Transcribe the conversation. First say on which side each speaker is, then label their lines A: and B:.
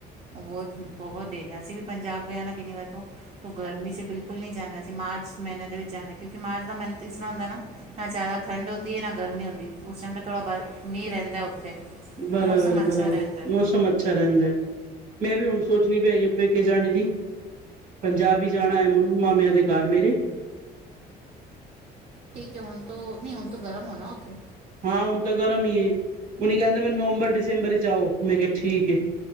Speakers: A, on the right (about 35°); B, on the right (about 55°).
A: ਬਹੁਤ, ਬਹੁਤ ਦਿਨ ਅਸੀਂ ਵੀ ਪੰਜਾਬ ਗਿਆ ਨਾ ਕਿੰਨੀ ਵਾਰ ਤੋਂ ਤੂੰ ਗਰਮੀ ਚ ਬਿਲਕੁੱਲ ਸਕੂਲ ਨਹੀਂ ਜਾਂਦੇ, ਅਸੀਂ ਮਾਰਚ ਮਹੀਨੇ ਦੇ ਵਿੱਚ ਜਾਂਦੇ ਕਿਉਂਕਿ ਮਾਰਚ ਦਾ ਮਹੀਨਾ ਤਾਂ ਇਸ ਤਰ੍ਹਾਂ ਹੁੰਦਾ ਨਾ ਜ਼ਿਆਦਾ ਠੰਡ ਹੁੰਦੀ ਐ ਨਾ ਗਰਮੀਂ ਹੁੰਦੀ, ਉਸ ਟਾਈਮ ਵੀ ਥੋੜ੍ਹਾ ਮੀਂਹ ਰਹਿੰਦਾ ਉੱਥੇ
B: ਬਰਾਬਰ,
A: ਮੌਸਮ
B: ਬਰਾਬਰ
A: ਅੱਛਾ ਰਹਿੰਦਾ ਹੈ
B: ਮੌਸਮ ਅੱਛਾ ਰਹਿੰਦਾ ਐ। ਮੈਂ ਵੀ ਹੁਣ ਸੋਚਣੀ ਪਈ ਆ ਪੇਕੇ ਜਾਣੇ ਦੀ ਪੰਜਾਬ ਈ ਜਾਣਾ ਐ ਮੈਨੂੰ ਮਾਮਿਆਂ ਦੇ ਘਰ ਮੇਰੇ
A: ਕਿ ਹੁਣ ਤੋ ਨਹੀਂ ਹੁਣ ਤੋ ਗਰਮ ਹੋਣਾ ਉੱਥੇ
B: ਹਾਂ ਹੁਣ ਤਾਂ ਗਰਮ ਈ ਐ, ਹੁਣ ਕਹਿੰਦੇ ਨੇ ਨਵੰਬਰ, ਦਿਸਂਬਰ ਚੱ ਆਉ ਮੈਂ ਕਿਹਾ ਠੀਕ ਐ।